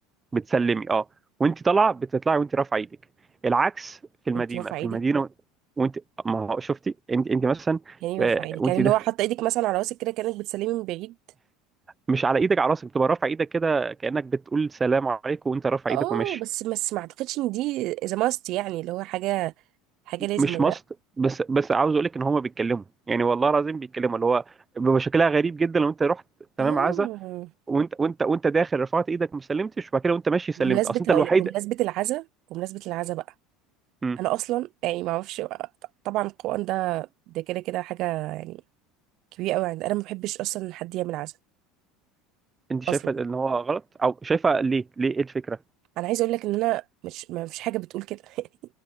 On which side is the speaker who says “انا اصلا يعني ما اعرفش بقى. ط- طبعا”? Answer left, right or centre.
Right